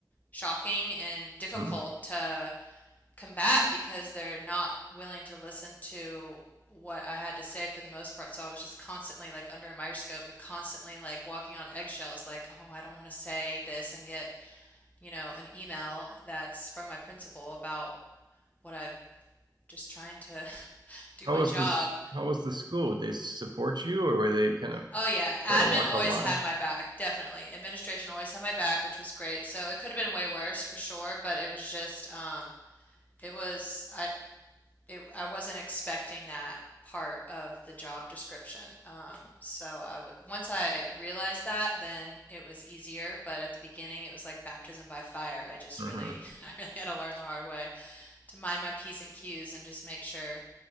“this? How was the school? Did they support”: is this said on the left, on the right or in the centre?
Right